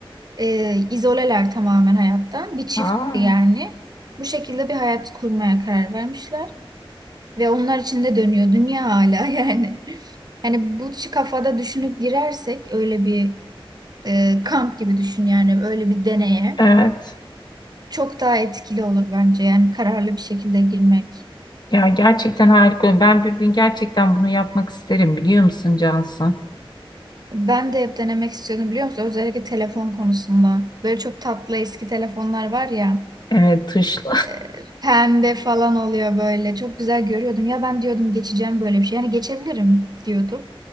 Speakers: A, on the right (about 45°); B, on the left (about 50°).
A: E, izoleler tamamen hayattan. Bir çiftti
B: Aa,
A: yani. Bu şekilde bir hayat kurmaya karar vermişler. Ve onlar için de dönüyor dünya hala <laughs> yani. Hani bu kafada düşünüp girersek öyle bir e, kamp gibi düşün yani öyle bir deneye.
B: evet.
A: Çok daha etkili olur bence yani kararlı bir şekilde girmek.
B: Ya gerçekten harika. Ben bir gün gerçekten bunu yapmak isterim biliyor musun Cansu?
A: Ben de hep denemek istiyordum biliyor musun? Özellikle telefon konusunda. Böyle çok tatlı eski telefonlar var ya.
B: Evet tuşla.
A: e, Pembe falan oluyor böyle. Çok güzel görüyordum. Ya ben diyordum geçeceğim böyle bir şey. Yani geçebilirim diyordum.